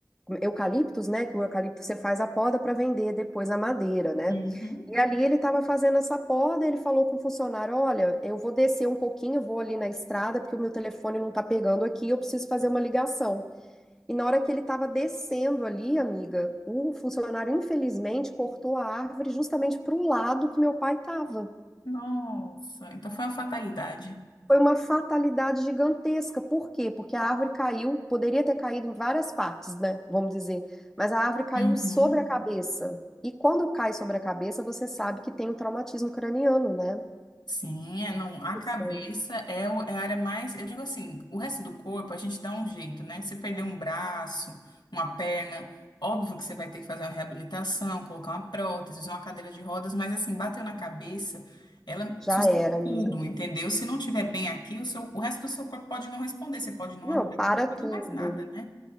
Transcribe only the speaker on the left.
Uhum.
Nossa, então foi uma fatalidade.
Uhum.
Sim, é, não, a
cabeça
é, o- é a área mais, eu digo assim, o resto do corpo a gente dá um jeito, né? Você perder um braço, uma perna, óbvio que você vai ter que fazer uma reabilitação, colocar uma prótese, usar uma cadeira de rodas, mas assim, bateu na cabeça, ela
suscita
tudo, entendeu? Se não tiver bem aqui, o seu, o resto do seu corpo pode não responder, você pode não
andar,
não
fazer mais nada, né?